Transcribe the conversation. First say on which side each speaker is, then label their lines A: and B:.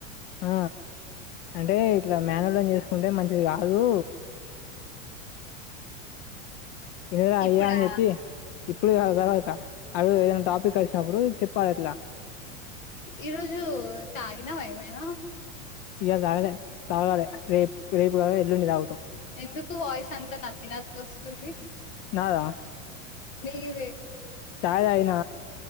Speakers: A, on the left (about 55°); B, on the left (about 80°).
A: ఆ అంటే ఇట్ల మేనోళ్ళని చేసుకుంటే మంచిది కాదు <unintelligible> అయ్యా
B: ఇప్పుడా
A: అని చెప్పి ఇప్పుడు కాదు తర్వాత అ రోజు ఏదైనా టాపిక్ వచ్చినప్పుడు చెప్పాలి ఇట్లా
B: ఈరోజు తాగినవా ఏమైనా
A: ఇయాల తాగాలే తాగాలి రేపు రేపు కాదు ఎల్లుండి తాగుతం
B: ఎందుకు వాయిస్ అంత నత్తి నత్తి వస్తుంది
A: నాదా
B: నీదే
A: చాయ్ తాగిన